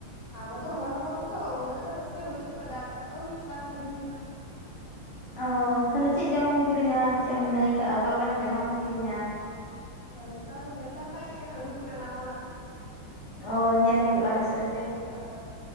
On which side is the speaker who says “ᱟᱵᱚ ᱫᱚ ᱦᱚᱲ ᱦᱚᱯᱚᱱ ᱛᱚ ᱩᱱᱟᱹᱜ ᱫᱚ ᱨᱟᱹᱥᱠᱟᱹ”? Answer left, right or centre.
Left